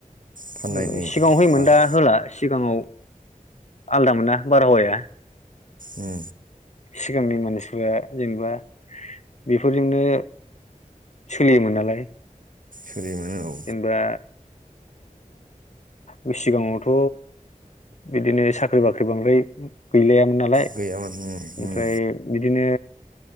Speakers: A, on the right; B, on the left.
A: फाननायनि
B: ओ सिगाङाव होयोमोन
A: आरो
B: दा होला सिगाङाव आलदामोनना बारहावाया।
A: उम
B: सिगांनि मानसिफोरा जेनेबा बेफोरजोंनो सोलियोमोन नालाय।
A: सोलियोमोन औ।
B: जेनेबा ओ सिगाङावथ' बिदिनो साख्रि बाख्रि बांद्राय गैलायामोन नालाय
A: गैयामोन उम
B: ओमफ्राय
A: उम
B: बिदिनो